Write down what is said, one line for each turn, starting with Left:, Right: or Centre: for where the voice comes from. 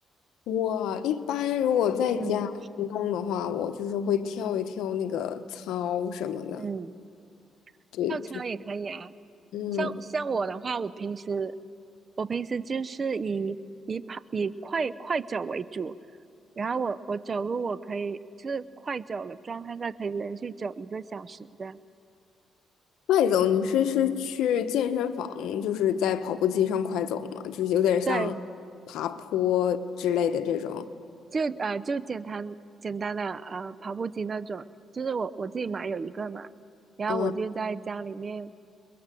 Left: 我一般如果在家运动的话，
Right: 嗯
Left: 我就是会跳一跳那个操什么的，
Right: 嗯。
Left: 对，
Right: 跳操也可以啊。
Left: 就嗯。
Right: 像像我的话，我平时我平时就是以以跑以快快走为主，然后我我走路我可以就是快走的状态下可以连续走一个小时这样。
Left: 快走，你是是去健身房，就是在跑步机上快走吗？就是有点像爬坡之类的这种。
Right: 对，就呃就简单简单的呃跑步机那种，就是我我自己买有一个嘛，然后我就在家里面
Left: 嗯，